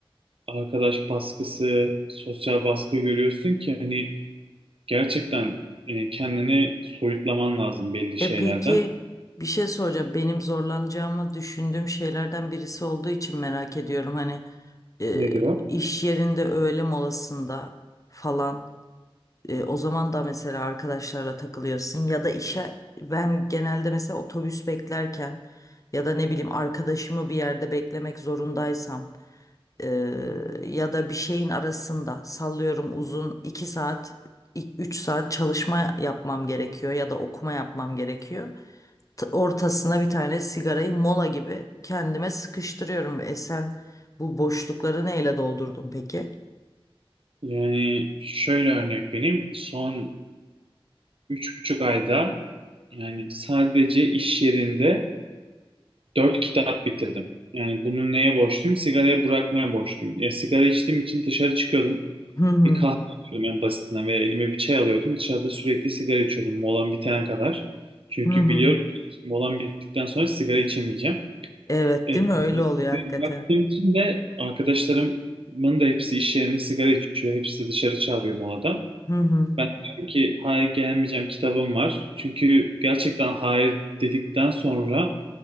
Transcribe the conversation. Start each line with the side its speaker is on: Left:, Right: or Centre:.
Right: arkadaş baskısı, sosyal baskı görüyorsun ki hani Gerçekten e, kendini soyutlaman lazım belli şeylerden.
Left: E peki bir şey soracağım. Benim zorlanacağımı düşündüğüm şeylerden birisi olduğu için merak ediyorum. Hani e,
Right: Nedir o?
Left: iş yerinde öğle molasında falan. E, o zaman da mesela arkadaşlarla takılıyorsun ya da işe ben genelde mesela otobüs beklerken ya da ne bileyim arkadaşımı bir yerde beklemek zorundaysam e, ya da bir şeyin arasında sallıyorum uzun 2 saat 3 saat çalışma yapmam gerekiyor ya da okuma yapmam gerekiyor. T- Ortasına bir tane sigarayı mola gibi kendime sıkıştırıyorum. E sen bu boşlukları neyle doldurdun peki?
Right: Yani şöyle örnek vereyim. Son üç buçuk ayda yani sadece iş yerinde dört kitap bitirdim. Yani bunu neye borçluyum? Sigarayı bırakmaya borçluyum. Ya sigara içtiğim için dışarı çıkıyordum.
Left: Hı hı.
Right: Bir kahve alıyordum en basitinden veya elime bir çay alıyordum. Dışarıda sürekli sigara içiyordum molam bitene kadar. Çünkü
Left: Hı hı.
Right: biliyorum ki molam bittikten sonra sigara içemeyeceğim.
Left: Evet,
Right: E,
Left: değil mi? Öyle oluyor hakikaten.
Right: baktığım için de arkadaşlarımın da hepsi iş yerinde sigara içiyor. Hepsi de dışarı çağırıyor molada.
Left: Hı hı.
Right: Ben diyorum ki hayır gelmeyeceğim kitabım var. Çünkü gerçekten hayır dedikten sonra